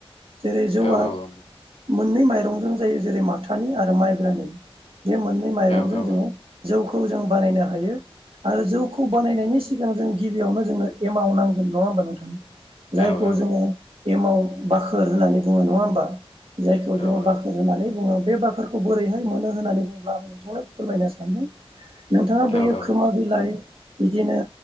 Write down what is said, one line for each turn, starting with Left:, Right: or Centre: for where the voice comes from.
Right: जेरै जौआ
Left: औ औ औ नंगौ
Right: मोननै माइरं जों जायो जेरै माथानि आरो माइब्रानि बे मोननै मजों
Left: औ
Right: जों
Left: औ
Right: जोङो जौखौ जों बानायनो हायो आरो जौखौ बानायनायनि सिगां जों गिबियावनो जोंनो एमाउन्ट नांगोन नङा होमबा नोंथां जायखौ
Left: औ औ
Right: जोङो गेमाव बाखोर होननानै बुङो नङा होमबा जायखौ जोङो
Left: औ औ
Right: बाखोर होननानै बुङो बे बाखारखौ बोरैहाय मोनो होननानै बुङोब्ला आं नोंथांनो फोरमायनो सानदों नोंथाङा
Left: औ
Right: बैयो खोमा
Left: औ
Right: बिलाइ बिदिनो